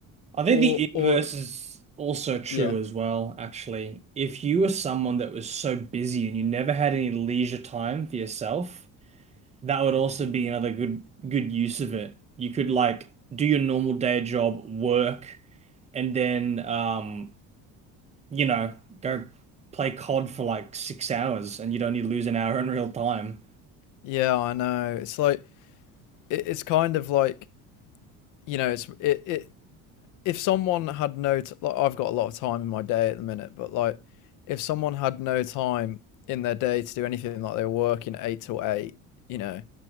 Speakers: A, on the right (about 20°); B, on the left (about 65°).
A: I think
B: Or
A: the
B: or
A: inverse is also true
B: yeah,
A: as well, actually. If you were someone that was so busy and you never had any leisure time for yourself, that would also be another good good use of it. You could like do your normal day job, work, and then um, you know, go play COD for like six hours and you'd only lose an hour in real time.
B: yeah, I know. It's like it, it's kind of like you know it's it, it if someone had no t- like I've got a lot of time in my day at the minute, but like if someone had no time in their day to do anything, like they were working eight till eight, you know,